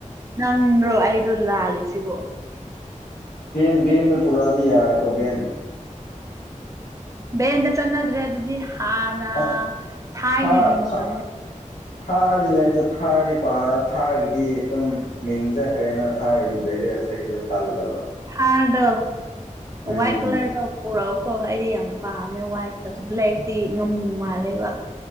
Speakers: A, on the right (about 25°); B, on the left (about 70°).
A: ꯅꯪ꯭ꯔꯣ ꯑꯩꯗꯣ ꯂꯥꯜꯂꯤ ꯁꯤꯕꯣ
B: ꯟꯗ ꯄꯨꯔꯥꯅꯤ ꯍꯥꯏ ꯀꯧꯕ ꯦꯟ
A: ꯕꯗ ꯆꯟꯗ꯭ꯔꯦ ꯑꯗꯨ ꯑꯗꯨꯗꯤ ꯅ
B: ꯑꯁ
A: ꯊꯥꯏꯅꯒꯤ
B: ꯊꯥꯔ
A: ꯃꯇꯝꯅꯤ
B: ꯊꯥ ꯊꯥꯔꯗꯤ ꯂꯩꯁꯨ ꯊꯥꯔꯗꯤ ꯄꯥ ꯊꯥꯔꯒꯤꯗꯤ ꯑꯗꯨꯝ ꯃꯤꯡ ꯆꯠꯈ꯭ꯔꯦꯅ ꯊꯥꯔꯒꯤꯗꯤ ꯕꯦꯔꯦ ꯍ ꯇꯥꯂꯝꯕ
A: ꯔꯗ
B: ꯎꯝ
A: ꯋꯥꯏꯠ ꯀꯂꯔꯗ ꯄꯔꯣ ꯀꯣ ꯑꯩꯗꯤ ꯌꯥꯝ ꯄꯥꯝꯃꯦ ꯋꯥꯏꯠꯇꯣ ꯕ꯭ꯂꯦꯛꯇꯤ ꯉꯥꯃꯨ ꯃꯥꯜꯂꯦꯕ